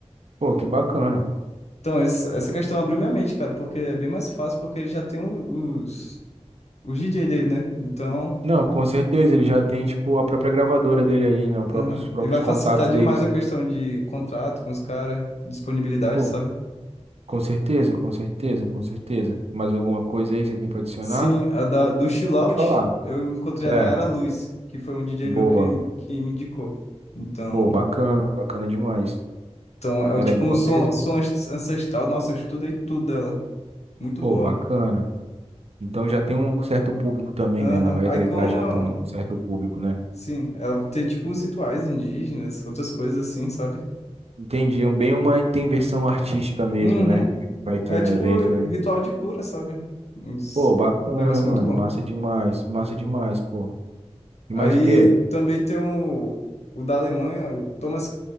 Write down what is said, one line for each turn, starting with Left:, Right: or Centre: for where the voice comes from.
Right: Pô, que bacana.
Left: Então, esse- essa questão abriu minha mente, cara, porque é bem mais fácil, porque ele já tem o- os, os DJ dele, né? Então,
Right: Não, com certeza, ele já tem, tipo, a própria gravadora dele aí, né? Os próprios,
Left: aham.
Right: os próprios
Left: E vai
Right: contatos
Left: facilitar demais
Right: deles.
Left: a questão de contrato com os caras, disponibilidade,
Right: Pô,
Left: sabe?
Right: com certeza, com certeza, com certeza. Mais alguma coisa aí você tem pra adicionar?
Left: Sim, a da, do Chill Out,
Right: Pode falar.
Left: eu encontrei
Right: Certo.
Left: a Nayara Luz, que foi um DJ
Right: Boa.
Left: meu que, que me indicou. Então,
Right: Pô, bacana. Bacana demais.
Left: então é um-
Right: Ela
Left: tipo
Right: é boa
Left: um som,
Right: mesmo?
Left: som ans- ancestral. Nossa, eu estudei tudo dela. Muito
Right: Pô,
Left: boa.
Right: bacana. Então já tem um certo público também,
Left: Aham.
Right: né? Ela vai
Left: Aí
Right: agregar
Left: como,
Right: já
Left: eu-
Right: também com um certo público, né?
Left: sim, ela tem tipo uns rituais indígenas, outras coisas assim, sabe?
Right: Entendi. Um- Bem uma intervenção artística mesmo,
Left: Uhum.
Right: né? Que vai ter
Left: É
Right: no
Left: tipo
Right: evento, né?
Left: ritual de cura, sabe? Uns-
Right: Pô, bacana,
Left: Um negócio
Right: mano.
Left: muito bom.
Right: Massa demais. Massa demais, pô. E
Left: Aí
Right: mais o quê?
Left: também tem o, o da Alemanha, o Thomas